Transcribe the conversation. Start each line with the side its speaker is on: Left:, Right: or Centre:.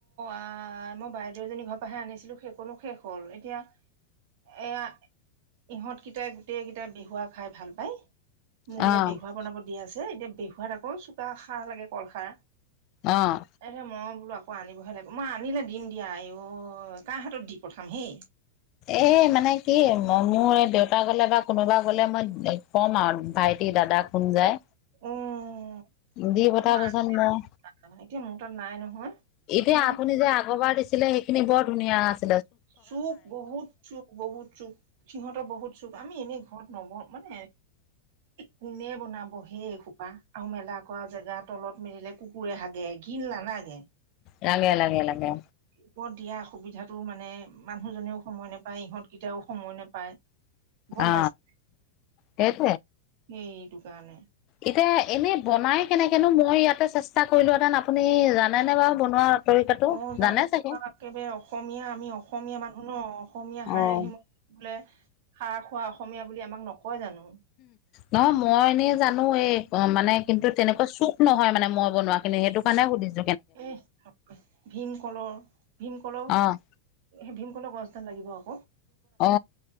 Right: আহ মই বাইদেউ এজনী ঘৰ পহে আনিছিলো সেইকনো শেষ হ'ল এতিয়া। এয়া ইহঁতকেইটাই গোটেই কেইটাই বেহুৱা খাই ভাল পায়। মোক এতিয়া
Left: অ'
Right: বেহুৱা বনাব দিয়া আছে এতিয়া বেহুৱাত আকৌ চুকা খাৰ লাগে কলখাৰ
Left: অ'
Right: আৰে ম বোলো আকৌ আনিবহে লাগে মই আনিলে দিম দিয়া আ অ ক হাতত দি পঠাম হেই
Left: এ মানে কি মোৰ এই দেউতা গলে বা কোনোবা গলে মই কম আৰু- ভাইটি দাদা খুন যায়।
Right: উম
Left: দি পঠাবচোন
Right: মই
Left: মোক
Right: আ এতিয়া ম তাত নাই নহয়।
Left: এতিয়া
Right: মই
Left: আপুনি যে আগৰবাৰ দিছিলে সেইখিনি বৰ ধুনীয়া আছে।
Right: চুপ বহুত চুপ বহু চুপ সিহতটা বহত- চুপ আমি এনেই ঘৰত নব মানে কোনে বনাব হেই খোপা আৰু মেলা কৰা জেগা তলত মেলিলে কু কুকুৰ ৰে, হাগে ঘিন ন নাগে
Left: লাগে লাগে লাগে।
Right: ওপৰত দিয়া অসুবিধাতো মানে মানুহজনেও সময় নোপায় ইহঁতকেইটাও সময় নোপায়। গম
Left: অ
Right: পাইছে
Left: সেইট
Right: সেইটো কাৰণে
Left: এতি এনেই বনাই কেনেকৈনো মই ইয়াতে চেষ্টা কৰিলোহেঁতেন আপুনি জানেনে বাৰু বনোৱা। তৰিকাটো?
Right: অ জানো
Left: জানে চাগে?
Right: আমাক একেবাৰে অসমীয়া আমি অসমীয়া মানুহ ন অসমীয়া
Left: হুম।
Right: হাৰে সিম বোলে খা খোৱা অসমীয়া বুলি আমাক নকয় জানো
Left: নহ মই এনেই জানো এই অ মানে কিন্তু তেনেকুৱা চুক নহয় মানে মই- বনোৱানি সেইটো কাৰণে হোধিছে
Right: এ ভীমকললৰ ভীমকলৰ সেই
Left: অ'
Right: ভীমুনৰ গছ, ডাল লাগিব অ
Left: অ